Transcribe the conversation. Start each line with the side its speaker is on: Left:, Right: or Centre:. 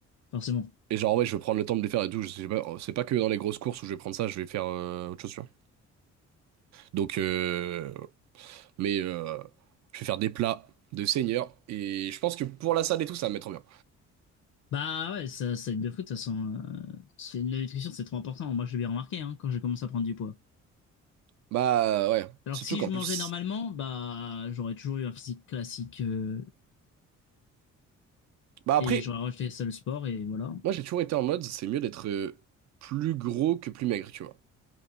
Left: forcément.
Right: Et genre, ouais, je vais prendre le temps de les faire et tout. Je sais pas, c'est pas que dans les grosses courses où je vais prendre ça, je vais faire euh, autre chose, tu vois. Donc, euh, Mais euh, je vais faire des plats de seigneur. Et je pense que pour la salle et tout, ça va me mettre bien.
Left: Bah, ouais, ça, ça aide de fou, de toute façon. euh, c'est- la nutrition, c'est trop important. Moi, je l'ai bien remarqué, hein, quand j'ai commencé à prendre du poids.
Right: Bah ouais.
Left: Alors
Right: Surtout
Left: que si
Right: qu'en
Left: je
Right: plus.
Left: mangeais normalement, bah, j'aurais toujours eu un physique classique, euh,
Right: Bah après,
Left: Et j'aurais rejeté ça le sport et voilà.
Right: moi j'ai toujours été en mode, c'est mieux d'être euh, plus gros que plus maigre, tu vois.